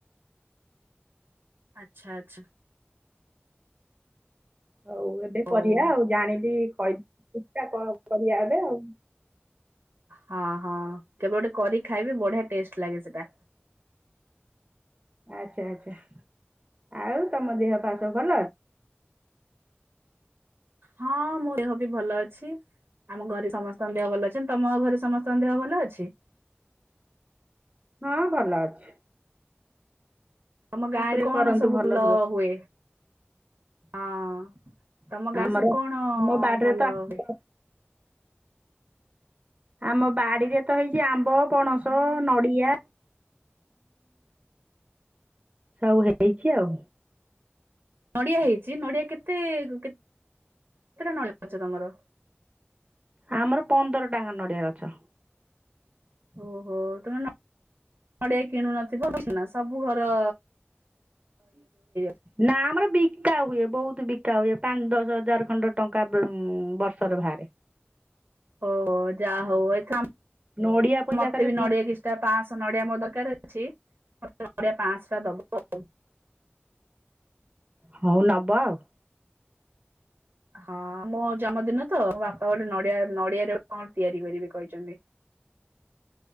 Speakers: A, on the right; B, on the right.
A: ଆଛା ଆଚ୍ଛା।
B: ହଉ ଏବେ
A: ହଉ
B: କରିବା ଆଉ ଜାଣିଲି କହିି <unintelligible> କରିବା ଏବେ ଆଉ।
A: ହଁ ହଁ କେବେ ଗୋଟେ କରିିକି ଖାଇବି ବଢିଆ ଟେଷ୍ଟ ଲାଗେ ସେଟା।
B: ଆଚ୍ଛା ଆଚ୍ଛା ଆଉ ତମ ଦେହ ପାା ସବୁ ଭଲ।
A: ହଁ ମୋ ଦେହ ବି ଭଲ ଅଛି। ଆମ ଘରେ ସମସ୍ତଙ୍କ ଦେହ ଭଲ ଅଛନ୍ତି ତମ ଘରେ ସମସ୍ତଙ୍କ ଦେହ ଭଲ ଅଛି?
B: ହଁ ଭଲ ଅଛି।
A: ଆମ ଗାଁରେ
B: ଠାକୁରେ
A: କଣ
B: କରନ୍ତୁ
A: ସବୁ
B: ଭଲ
A: ଲ
B: ରୁହ
A: ହୁଏ ହଁ। ତମ ଗାଁରେ
B: ଆମର
A: ସବୁ କଣ
B: ଆମ ବାଡ଼ିରେ
A: ଭଲ
B: ତ ଆମ୍ବ
A: ହୁଏ।
B: ଆମ ବାଡିରେ ତ ହେଇଛି ଆମ୍ବ ପଣସ ନଡିଆ। ସବୁ ହେଇଚି ଆଉ।
A: ନଡ଼ିଆ ହେଇଚି ନଡ଼ିଆ କେତେ କେତେଟା ନଡିଆ ଗଛ ତମର?
B: ଆମର ପନ୍ଦର ଟା ଆଙ୍କ ନଡିଆ ଗଛ।
A: ଓହୋ ତମେ ନ ନଡିଆ କିଣୁନଥିବ <unintelligible> ସବୁ ଘର <unintelligible>
B: ନା ଆମର ବିକା ହୁଏ ବହୁତୁ ବିକା ହୁଏ। ପାଞ୍ଚ ଦଶ ହଜାର ଖଣ୍ଡ ଟଙ୍କା ବର୍ଷରେ ବାହାରେ।
A: ଅ ହ ଯାହା ହଉ ଏଥ
B: ନଡ଼ିଆ ପଇସା
A: ମତେ
B: ଖାଲି
A: ବି ନଡିଆ କିଛିଟା ପାଆଁସ ନଡ଼ିଆ ମୋ ଦରକାର ଅଛି ମତେ ନଡ଼ିଆ ପାଆଁଶ ଟା ଦବ ଆଉ।
B: ହଉ ନବ ଆଉ।
A: ହଁ ମୋ ଜମଦିନ ତ ମୋ ବାପା ଗୋଟେ ନଡିଆ ନଡିଆରେୋ କଣ ତିଆରି କରିବି କହିଛନ୍ତି।